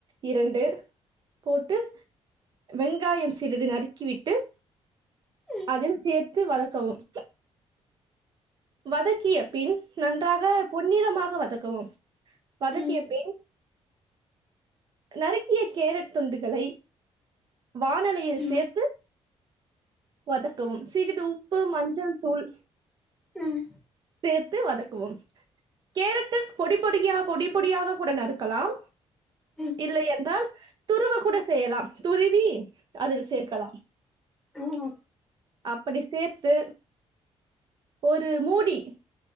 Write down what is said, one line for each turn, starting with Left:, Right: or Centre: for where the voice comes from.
Right: இரண்டு போட்டு வெங்காயம் சிறிது நறுக்கிவிட்டு
Centre: ம்
Right: அதில் சேர்த்து வதக்கவும் வதக்கிய பின் நன்றாக பொன்னிறமாக வதக்கவும் வதக்கிய
Centre: ம்
Right: பின் நறுக்கிய கேரட் துண்டுகளை வானலியில்
Centre: ம்
Right: சேர்த்து வதக்கவும் சிறிது உப்பு மஞ்சள் தூள்
Centre: ம்
Right: சேர்த்து வதக்கவும் கேரட்டு பொடி பொடியா பொடி பொடியாக கூட நறுக்கலாம்
Centre: ம்
Right: இல்லையென்றால் துருவ கூட செய்யலாம் துருவி அதில் சேர்க்கலாம்
Centre: ம்
Right: அப்படி சேர்த்து ஒரு மூடி